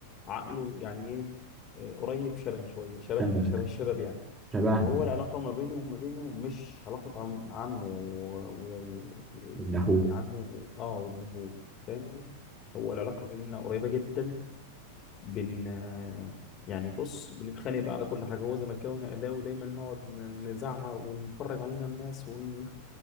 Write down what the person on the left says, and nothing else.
عقله يعني ايه آه، قريب شبه شويه شبهنا
شبه الشباب يعني
هو
العلاقة ما بيني وما بينه مش علاقة عم عم و... و... و...
يعني عمي و... اه وابنه فاهم هو العلاقة بيننا قريبة جدا بن يعني بص بنتخانق بقى على كل حاجة هو زملكاوي وانا اهلاوي دايما نقعد ن- نزعق ونتفرج علينا الناس ون...